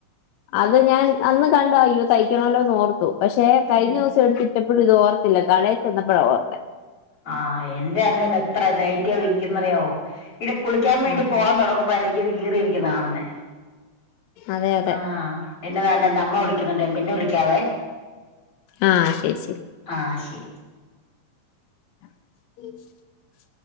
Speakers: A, on the left (about 80°); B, on the left (about 40°).
A: അത് ഞാൻ അന്ന് കണ്ടയ്യോ തയ്ക്കണോല്ലോന്നോർത്തു പക്ഷെ കഴിഞ്ഞ
B: ഉം.
A: ദിവസ ചതിറ്റപ്പോഴും ഇത് ഓർത്തില്ല കടയിൽ ചെന്നപ്പോഴ ഓർത്ത
B: ആഹ് എന്റെ അങ്ങനെ എത്ര നൈ റ്റിയാ ഇരിക്കുന്നറിയാവോ ഇടെ കുളിക്കാൻ വേണ്ടി
A: ആഹ്
B: പോവാൻ തുടങ്ങുമ്പോയിരിക്കും കീറിയിരിക്കുന്നത് കാണുന്നെ
A: അതെ അതെ
B: ആഹ് എന്നതാണ്ടെ അമ്മ വിളിക്കുന്നുണ്ടേ പിന്നെ വിളിക്കാവേ
A: ആഹ് ശരി ശരി
B: ആ ശരി
A: ഉം